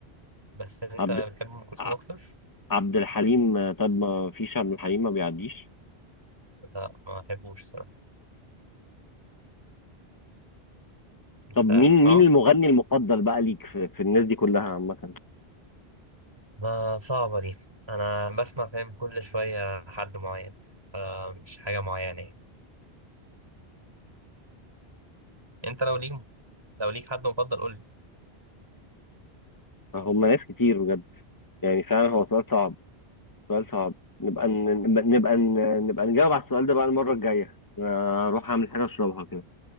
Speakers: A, on the right; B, on the left.
A: بس أنت
B: عبد
A: بتحب أم كلثوم
B: ع-
A: أكتر؟
B: عبد الحليم آه، طب ما فيش عبد الحليم ما بيعديش
A: لا ما بحبوش صراحة
B: طب مين
A: أنت تسمعه؟
B: مين المغني المفضل بقى ليك في, في الناس دي كلها عامة
A: ما صعبة دي أنا بسمع فاهم كل شوية حد معين آه، مش حاجة معينة يعني أنت لو ليك لو ليك حد مفضل قولي
B: هم ناس كتير بجد يعني فعلا هو سؤال صعب سؤال صعب نبقى ن- نبقى نبقى ن- نبقى نجاوب على السؤال ده بقى المرة الجاية أنا هروح أعمل حاجة أشربها كده